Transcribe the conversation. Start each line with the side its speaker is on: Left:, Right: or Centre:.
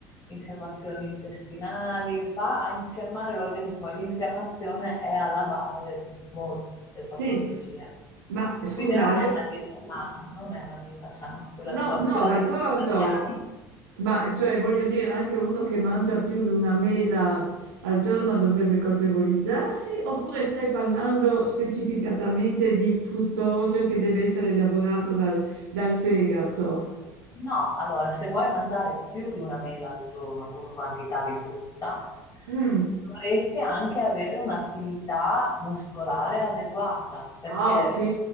Left: infiammazioni intestinali, va a infiammare l'organismo e l'infiammazione è alla base di molte
Right: Sì.
Left: patologie.
Right: Ma scusa,
Left: Quindi non
Right: allora
Left: è una dieta sana, non è una dieta sana, quella,
Right: No,
Left: lo-
Right: no,
Left: quella
Right: d'accordo,
Left: dei vegetariani.
Right: ma cioè voglio dire, anche uno che mangia più di una mela al giorno dovrebbe colpevolizzarsi, oppure stai parlando specificatamente di fruttosio che deve essere elaborato dal, dal fegato?
Left: No, allora, se vuoi mangiare più di una mela al giorno come quantità di frutta,
Right: Mm.
Left: dovresti anche avere un'attività muscolare adeguata, perché
Right: Ah, ok.